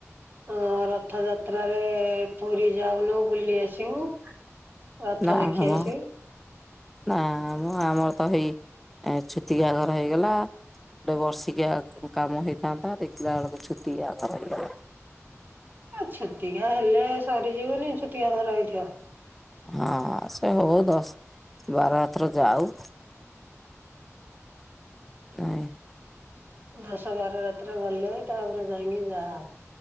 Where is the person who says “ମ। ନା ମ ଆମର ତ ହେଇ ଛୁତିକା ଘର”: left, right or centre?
Centre